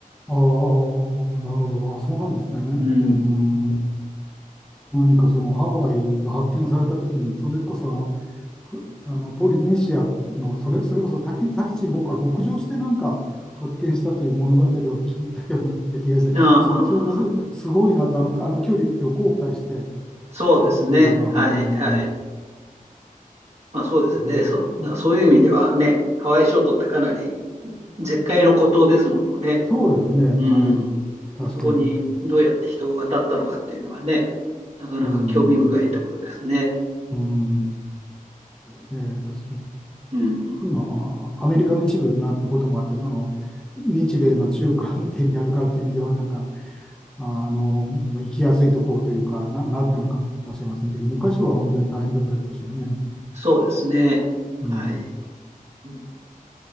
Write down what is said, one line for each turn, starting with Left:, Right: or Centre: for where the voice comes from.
Centre: あ、ああ、なるほど。あ、そうなんですね。
Right: うん。
Centre: うーん、何かそのハワイが発見されたときに、それこそあの、ふあのポリネシアのそれ、それこそタキタヒチの方から北上してなんか発見したという物語を聞いたような気がして、
Right: ああ、
Centre: それはそれですすごいなと、
Right: ははは
Centre: あの、あの距離を後悔して
Right: そうですね、
Centre: というのは、
Right: はい、
Centre: うーん、
Right: はい。まあそうですね。
Centre: 驚く。
Right: そ、だからそういう意味ではね、ハワイ諸島ってかなり絶海の孤島ですものね。
Centre: そうですね。
Right: うん。
Centre: はい。確かに。
Right: そこにどうやって人が渡ったのかっていうのはね、なかなか興味深いところですね。
Centre: うん、うん、そうですね、確かに。
Right: うん、うん、
Centre: 今はアメリカの一部になったこともあって、
Right: うん。
Centre: その日米の中間点にあるからという意味では、なんか、あの、まあ行きやすいところというかな、なったのかもしれませんけど、昔は本当に大変だったでしょうね。
Right: そうですね。
Centre: うん。
Right: はい。うん、